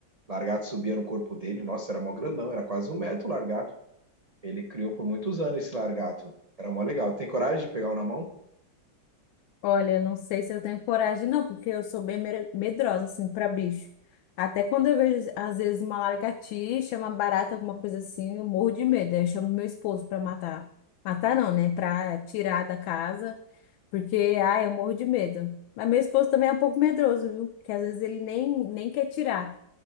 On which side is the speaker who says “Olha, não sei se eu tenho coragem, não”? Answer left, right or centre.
Left